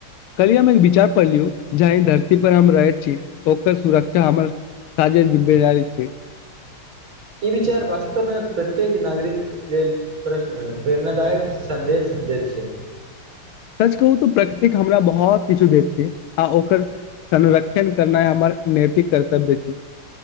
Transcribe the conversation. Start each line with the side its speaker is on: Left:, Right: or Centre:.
Left: कली हम एक विचार पढ़ लियौ जाहि धरती पर हम रहैत छी ओकर सुरक्षा हमर साजे जिम्मेदारी छै।
Right: ई विचार वास्तवमे प्रत्येक नागरिक लेल प्र प्रेरणादायक सन्देश दैत छै।
Left: सच कहू तऽ प्रकृतिक हमरा बहुत किछु दैत छै आ ओकर संरक्षण करनाइ हमर नैतिक कर्तव्य छै।